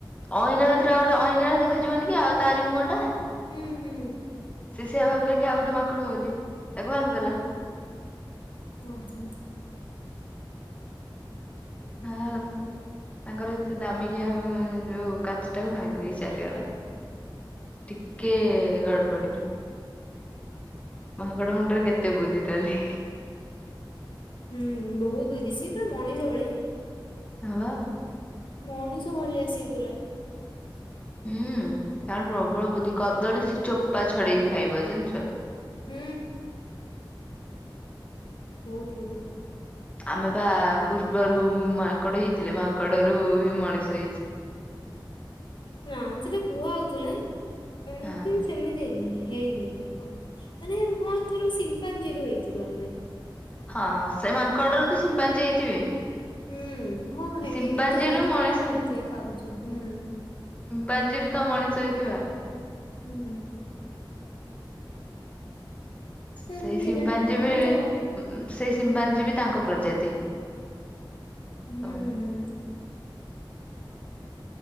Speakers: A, on the left; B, on the left.
A: ଅଇନା ଭିତରେ ଆଉ ଗୋଟେ ଅଇନା ଦେଖାଯିବନି କି? ଆଉ ତାର ମୁହଁ ଟା ।
B: ହୁଁ ହୁଁ
A: ସେ ସେୟା ଭାବିଲ କି କେ ଆଉ ଗୋଟେ ମାଙ୍କଡ <inaudible> ଲି ତାକୁ ଭାଙ୍ଗିଦେଲା ।
B: ହୁଁ - ହୁଁ।
A: <inaudible> ତାଙ୍କର ଏତେ ଦାମିକିଆ ଯୋଉ କାଚଟାକୁ ଭାଙ୍ଗି ଦେଇ ଚାଲିଗଲା। ଟିକେ ଗଡବଡିରୁ ମାଙ୍କଡ ମୁଣ୍ଡରେ କେତେ ବୁଦ୍ଧି ତାହାଲେ।
B: ହୁଁ ବହୁତ <inaudible> ସେ ପୁରା ମଣିଷ ଭଳିଆ ।
A: ହଁବା।
B: ମଣିଷ ଭଳିଆ ସେ ପୁରା।
A: ହୁଁ, ତାର ପ୍ରବଳ ବୁଦ୍ଧି କଦଳୀ ସେ ଚୋପା ଛଡେଇକି ଖାଇବ, ଜାଣିଛ।
B: ହୁଁ। ବହୁତ ବୁଝି ତା ର ।
A: ଆମେ ବା ପୂର୍ବରୁ ମାଙ୍କଡ ହେଇଥିଲେ, ମାଙ୍କଡରୁ ହିଁ ମଣିଷ ହେଇଛି।
B: ନା ସେଟା କୁହା ହଉଥିଲା। ଅ
A: ହଁ
B: କିନ୍ତୁ ସେମିତି ହେଇନି। ହେଇନି, ମାନେ ହଁ ଥର ସିମ୍ପାଞ୍ଜିୀରୁ ହେଇଥିବା ଆମେ।
A: ହଁ, ସେ ମାଙ୍କଡରୁ ତ ସିମ୍ପାଞ୍ଜି ହେଇଥିବେ।
B: ହୁଁ। ହଁ ହେ <unintelligible>
A: ସିମ୍ପାଞ୍ଜିରୁ
B: ଏମିତି ହେଇଚି
A: ମଣିଷ
B: ବୋଲି
A: ହେଇ
B: <inaudible> ଦେଖାଉଛି ହୁଁ।
A: ପାଞ୍ଜିରୁ ତ ମଣିଷ ହେଇଥିବା।
B: ହୁଁ କେମିତି
A: ସେଇ ସିମ୍ପାାଜି
B: କେଜାଣି ଆଗରୁ
A: ବେ
B: ତ ବ-
A: ସେଇ ସିମ୍ପାଜି ବି ତାଙ୍କ ପ୍ରଜାତି।
B: ହୁଁ
A: ସବୁ।
B: ହୁଁ।